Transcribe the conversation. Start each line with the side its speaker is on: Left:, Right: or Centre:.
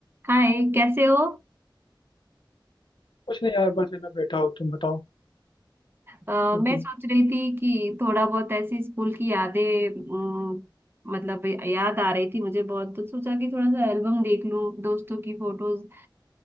Right: हाय कैसे हो
Left: कुछ नहीं यार बस है ना बैठा हो तुम बताओ
Right: अ,
Left: ठीक
Right: मैं
Left: हो
Right: सोच रही थी कि थोड़ा बहुत ऐसी स्कूल की यादें अम, मतलब याद आ रही थी मुझे बहुत तो सोचा कि थोड़ा सा एल्बम देख लूं दोस्तों की फोटोज